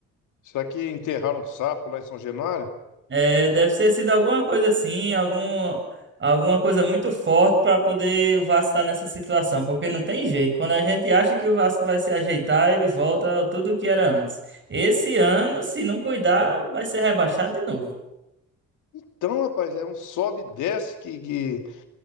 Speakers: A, on the left; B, on the right.
A: será que enterraram um sapo lá em São Januário?
B: É, deve ter sido alguma coisa assim, algum, alguma coisa muito forte para poder o Vasco estar nessa situação, porque não tem jeito. Quando a gente acha que o Vasco vai se ajeitar, ele volta ao tudo que era antes. Esse ano, se não cuidar, vai ser rebaixado de novo.
A: Então, rapaz, é um sobe e desce que, que,